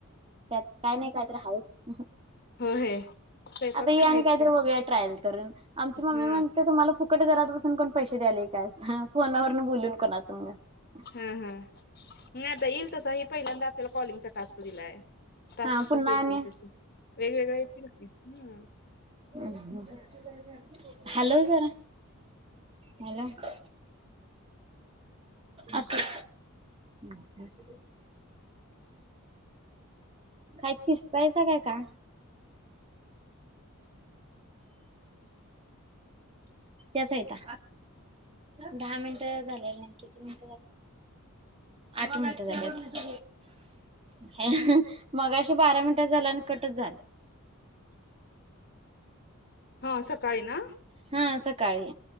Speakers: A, on the right (about 25°); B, on the left (about 45°).
A: त्यात काय नाही काय तर हायचं.
B: होय स्वयंपाक
A: आता ये
B: तेन
A: आणि
B: हायच
A: काहीतरी
B: की
A: बघुया ट्रायल करून आमची मम्मी
B: हा
A: म्हणते तुम्हाला- फुकट घरात बसून कोण पैसे द्याले काय फोनावरन बोलून कोणा संग मग,
B: ह हा नाही आता येईल तसा हे पहिल्यांदा आपल्याला कॉलिंगचा टास्क दिलाय टास्क
A: हा पुन्हा
B: कस येतील
A: आणि
B: तस वेगवेगळ येतील की हम्म
A: हम् हम् हालव जरा हॅलो- असू दे काय किसतायचा काय का? त्याच हायता, दहा मिनिट झाले नकी आठ मिनट झाल्यात मग मगाशी बारा मिनिटं झालं आणि कटच झालं
B: हा सकाळी ना
A: हा सकाळी